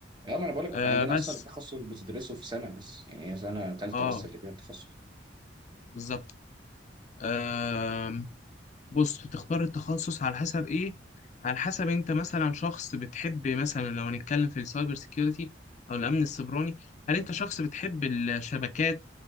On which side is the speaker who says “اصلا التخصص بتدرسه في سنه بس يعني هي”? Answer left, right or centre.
Right